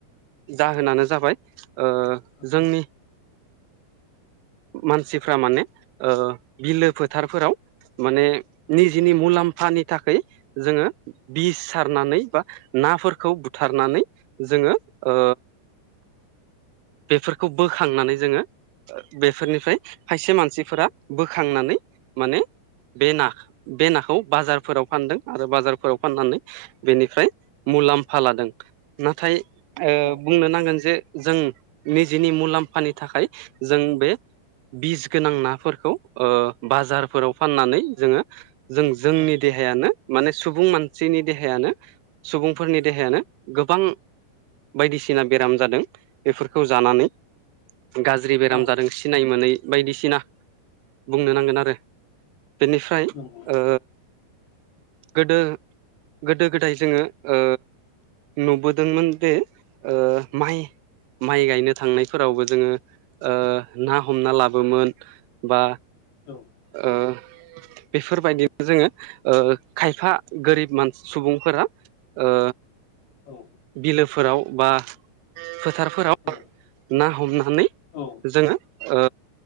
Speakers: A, on the right; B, on the left.
A: जाहोनानो जाबाय ओ
B: औ
A: जोंनि मानसिफ्रा माने ओ बिलो फोथारफोराव माने निजिनि मुलाम्फानि थाखाय जोङो बि सारनानै बा नाफोरखौ बुथारनानै जोङो ओ बेफोरखौ बोखांनानै जोङो बेफोरनिफ्राय खायसे मानसिफोरा बोखांनानै माने बे ना बे नाखौ बाजारफोराव फानदों आरो बाजारफोराव फाननानै बेनिफ्राय मुलाम्फा लादों नाथाय
B: औ औ
A: बुंनो नांगोन जे जों निजिनि मुलाम्फानि थाखाय जों बे बिस गोनां नाफोरखौ ओ बाजारफोराव फाननानै जोङो जों जोंनि
B: औ
A: दे हायानो माने सुबुं मानसिनि देहायानो सुबुंफोरनि देहायानो गोबां बायदिसिना बेराम जादों बेफो रखौ जानानै गाज्रि बेराम
B: औ
A: जादों सिनाय मोनै बायदिसिना बुंनो नांगोन आरो बेनिफ्राय
B: नंगौ
A: ओ गोदो गोदो गोदाय जोङो ओ नुबोदोंमोन बे ओ माइ माइ गायनो थांनायफोरावबो जोङो ओ ना हमना लाबोन बा
B: नंगौ
A: ओ बेफोरबायदिनो जोङो ओ खायफा गोरिब मानसि सुबुं फ्रा ओ
B: औ
A: बिलोफोराव बा फोथारफोराव ना
B: औ
A: हमनानै
B: औ
A: जोङो ओ